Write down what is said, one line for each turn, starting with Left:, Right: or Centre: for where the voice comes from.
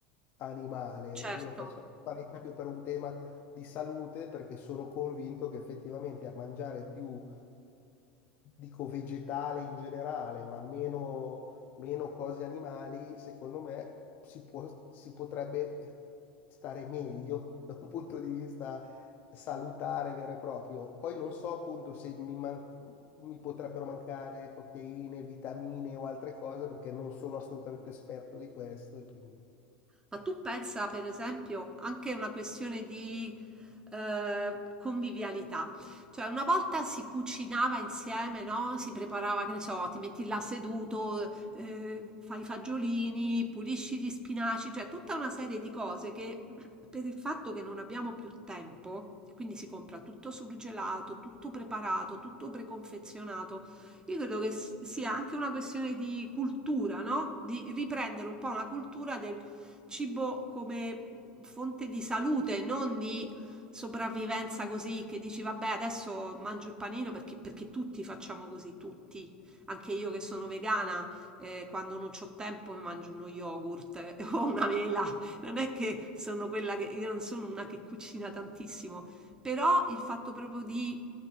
Left: animale.
Right: certo.
Left: Io lo faccio fare proprio per un tema di salute perché sono convinto che effettivamente a mangiare più dico vegetale in generale, ma meno, meno cose animali, secondo me si può- si potrebbe stare meglio <laughs> da un punto di vista salutare vero e proprio. Poi non so appunto se mi, man- mi potrebbero mancare proteine, vitamine o altre cose, perché non sono assolutamente esperto di questo. e quindi,
Right: Ma tu pensa, per esempio, anche una questione di eh, convivialità. Cioè, una volta si cucinava insieme, no? Si preparava, che ne so, ti metti là seduto, eh, fai i fagiolini, pulisci gli spinaci, cioè tutta una serie di cose che per il fatto che non abbiamo più tempo, quindi si compra tutto surgelato, tutto preparato, tutto preconfezionato. Io credo che s- sia anche una questione di cultura, no? Di riprendere un po' una cultura del cibo come fonte di salute, non di sopravvivenza così che dici vabbè adesso mangio il panino perché, perché tutti facciamo così, tutti. Anche io che sono vegana, eh, quando non ho tempo mi mangio uno yogurt <laughs> eh, o una mela. Non è che sono quella che... Io non sono una che cucina tantissimo, però il fatto proprio di